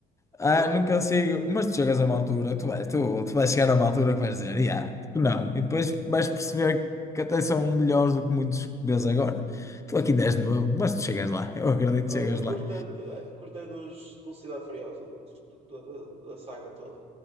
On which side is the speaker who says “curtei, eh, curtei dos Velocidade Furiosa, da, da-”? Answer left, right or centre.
Right